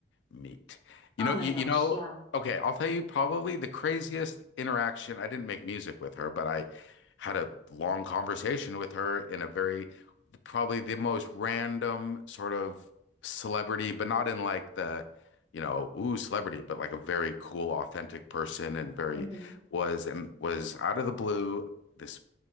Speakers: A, on the left; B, on the left.
A: Neat. You
B: Oh
A: know,
B: my
A: you,
B: gosh,
A: you know,
B: yeah.
A: okay, I'll tell you probably the craziest interaction. I didn't make music with her, but I had a long conversation with her in a very, probably the most random sort of celebrity, but not in like the, you know, ooh, celebrity, but like a very cool, authentic person and very
B: Mhm.
A: was and was out of the blue, this